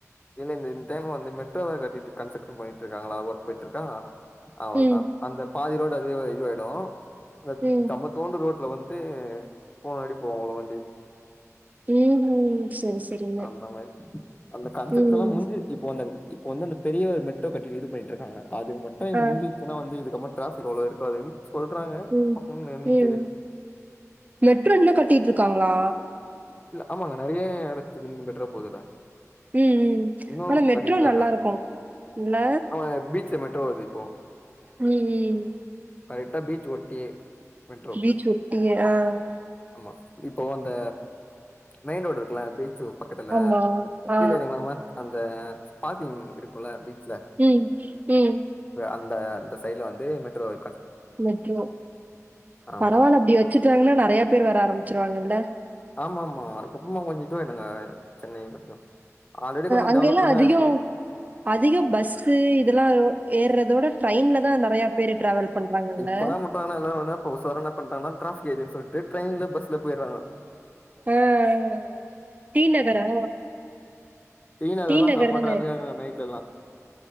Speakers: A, on the left; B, on the right.
A: இல்ல இந்த வந்து மெட்ரோ வேர கட்டிட்டு கன்ஸ்ட்ரக்ஷன் பண்ணிட்டு இருக்காங்களா ஒர்க் போயிட்டு இருக்கா அவள
B: ம்
A: தான் அந்த பாதி ரோடு அதுவே இதுவாயிடும் அ
B: ம்
A: தம்மத்தோண்டு ரோட்ல வந்து மூனு அடி போவும் அவ்ளோ வண்டி
B: உம் ம் செரி செரிங்க
A: அந்த மாதிரி அந்த கன்ஸ்ட்ரக்சன்
B: ம்
A: எல்லாம் முடிஞ்சு இப்ப வந்த வந்து அந்த பெரிய மெட்ரோ கட்டி இது பண்ணிட்டு இருக்காங்க அது மட்டும்
B: ஆ
A: முடிஞ்சுச்சுனா வந்து இதுக்கு மட் டிராபிக் அவ்ளோ இருக்காது சொல்றாங்க
B: ம்
A: பாக்கனு என்னன்னு
B: ம்
A: தெரியல
B: மெட்ரோ இன்னு கட்டிட்ருக்காங்களா
A: இல்ல ஆமாங்க நிறைய இடத்துக்கு மெட்ரோ போதுல்ல
B: ம் ம்
A: இன்னும்
B: ஆனா மெட்ரோ
A: கட்டிட்டு தான்
B: நல்லாருக்கு
A: இருக்காங்க
B: இல்ல
A: அவுங்க பீச் மெட்ரோ வருது இப்போ
B: உம் உம்
A: கரெக்டா பீச் ஒட்டியே மெட்ரோ
B: பீச் ஒட்டி ஏ ஆஹ்
A: ஆமா இப்போ அந்த மெயின் ரோடு இருக்குல எப்டி பக்கத்துல
B: ஆமா. ஆ.
A: இல்ல நீங்க அந்த பார்கிங் இருக்கும்ல்ல
B: உம் உம்
A: அந்த அந்த சைட்ல வந்து மெட்ரோ வ
B: மெட்ரோ
A: ஆமா
B: பரவாயில்ல அப்படி வச்சுட்டாங்கன்னா நிறைய பேர் வர ஆரம்பிச்சிருவாங்கல்ல
A: ஆமா ஆமா அதுக்கப்புறமா கொஞ்ச இதுவாய்டுங்க சென்னை ஆல்ரெடி கொஞ்சம்
B: அங்கெல்லாம்
A: டெவலப்ல
B: அதிகம்
A: தான் இருக்கு
B: அதிகம் பஸ் இதெல்லாம் ஏர்ரதோட ட்ரெயின்லதான் நிறைய பேரு டிராவல் பண்றாங்கல்ல
A: இப்போ நா பன்னிட்டாங்கானா எல்லாரும் வந்து உஷாரா நா பண்றாங்கன்னா டிராப்பிக் ஆய்து சொல்லிட்டு ட்ரெயின்ல பஸ்ல போய்ட்றாங்க
B: ஆஹ்ஹ் டீ நகரா
A: டீநகர்லாம்
B: டி நகர்
A: சம
B: தானே?
A: டிராபிக்கா இருக்கும் நைட்லலாம்